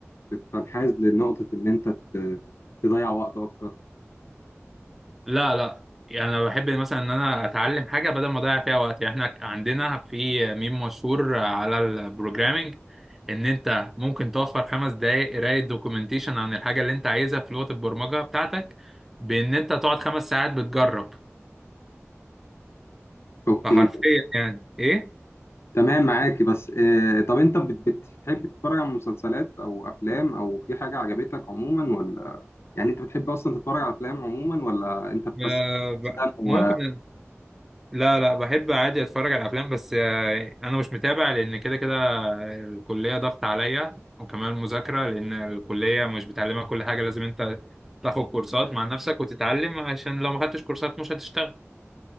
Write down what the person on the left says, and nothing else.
وتنحاز لنقطه ان انت ت- تضيع وقت اكتر
اوكي
تمام معاك بس آه، طب انت بت- بتحب تتفرج على مسلسلات او افلام او في حاجه عجبتك عموما ولا يعني انت بتحب اصلا تتفرج على افلام عموما ولا انت
بس
بتستنى و...